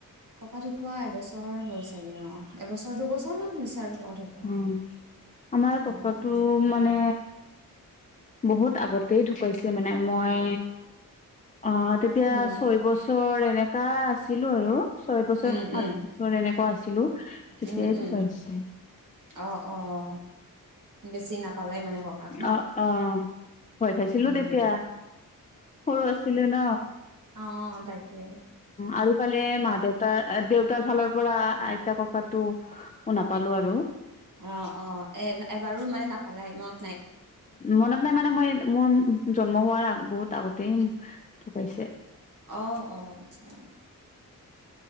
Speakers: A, on the right (about 60°); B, on the left (about 20°).
A: ককা ঢুকুৱা এবছৰ হল চাগে অ এবছৰ দুবছৰ মান হৈছে আৰু ককা ঢুকুৱা
B: উ ম আমাৰ ককাটো
A: উম
B: মানে বহুত আগতেই ঢুকাইছে মানে মই অ তেতিয়া
A: উম
B: ছয় বছৰ এনেকা আছিলো আৰু ছয় বছৰ
A: উম
B: সাত
A: উম
B: বছৰ এনেকা কোৱা আছিলো তেতিয়াই
A: উম, উম,
B: পাইিছে <inaudible>
A: অ অ অ বেছি নাপালে মানে ককাক ন?
B: অ অ ভয় খাইছিলো
A: উম,
B: তেতিয়া সৰু আছিলো ন
A: অ', তাকে
B: আৰু ফালে মা দেউতাৰ দেউতাৰ ফালৰ পৰা আইতা ককাতো নাপালো আৰু
A: অ অ এ এবাৰো মানে নাপালাই মই
B: মনত নাই মানে মই মোৰ জন্ম হোৱাৰ আগ বহুত আগতেই উম ঢুকাইছে
A: আহ অ আচ্ছা